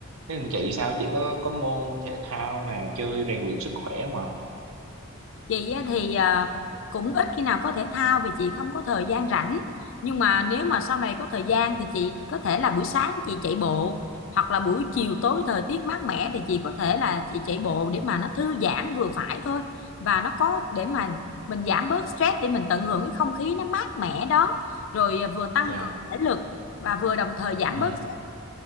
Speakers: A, on the right; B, on the left.
A: Thế còn chị sao? Chị có có môn thể thao nào chơi rèn luyện sức khỏe không ạ?
B: chị á thì à, cũng ít khi nào có thể thao vì chị không có thời gian rảnh nhưng mà nếu mà sau này có thời gian thì chị có thể là buổi sáng chị chạy bộ hoặc là buổi chiều tối thời tiết mát mẻ thì chị có thể là chị chạy bộ để mà nó thư giãn vừa phải thôi và nó có để mà mình giảm bớt stress để mình tận hưởng cái không khí nó mát mẻ đó rồi à, vừa tăng
A: Dạ.
B: cường thể lực và vừa đồng thời giảm
A: Ừ.
B: bớt stress